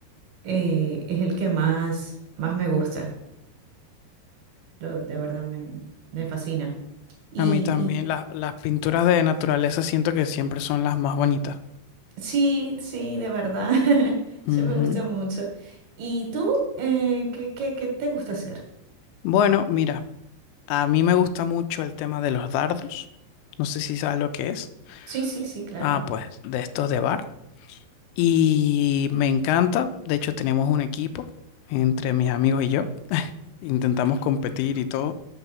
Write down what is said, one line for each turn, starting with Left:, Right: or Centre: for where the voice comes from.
Right: eh, es el que más, más me gusta. Lo- de verdad me, me fascina. Y,
Left: a mí también
Right: y
Left: la- las pinturas de naturaleza siento que siempre son las más bonitas.
Right: Sí, sí, de verdad. <laughs>
Left: Ujú.
Right: Eso me gusta mucho. ¿Y tú? Eh, ¿qué, qué, qué te gusta hacer?
Left: Bueno, mira, a mí me gusta mucho el tema de los dardos. No sé si sabes lo que es.
Right: Sí, sí, sí, claro.
Left: Ah, pues de estos de bar. Y me encanta. De hecho, tenemos un equipo entre mis amigos y yo. Intentamos competir y todo.